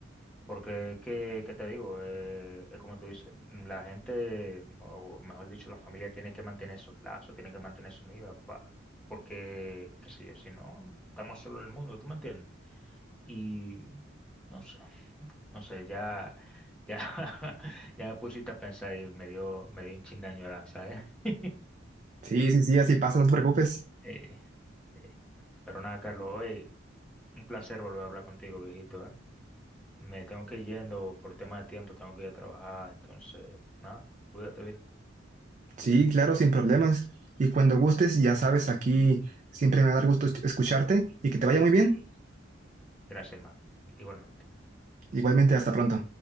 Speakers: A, in the centre; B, on the right (about 40°).
A: Porque, ¿qué, qué te digo? Eh, es como tú dices, mm, la gente, o mejor dicho, la familia tiene que mantener esos lazos, tiene que mantenerse unida, pa- porque, qué sé yo, si no, estamos solo en el mundo, ¿tú me entiendes? Y no sé, no sé, ya, ya, <laughs> ya me pusiste a pensar y me dio, me dio un chin de añoranza, ¿eh? <laughs>
B: Sí, sí, sí, así pasa, no te preocupes.
A: Eh, eh. Pero nada, Carlos, hoy un placer volver a hablar contigo, viejito, ¿eh? Me tengo que ir yendo por tema de tiempo, tengo que ir a trabajar, entonces, nada, cuídate, viejo.
B: Sí, claro, sin problemas. Y cuando gustes, ya sabes, aquí siempre me va a dar gusto escucharte y que te vaya muy bien.
A: Gracias, hermano. Igualmente.
B: Igualmente, hasta pronto.